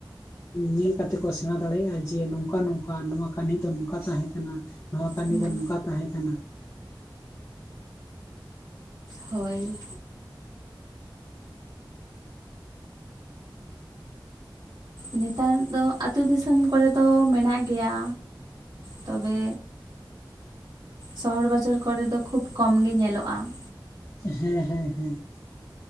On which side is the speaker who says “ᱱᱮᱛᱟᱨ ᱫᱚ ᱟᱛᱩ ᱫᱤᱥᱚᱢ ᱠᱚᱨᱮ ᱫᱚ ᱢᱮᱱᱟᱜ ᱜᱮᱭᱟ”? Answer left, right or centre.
Right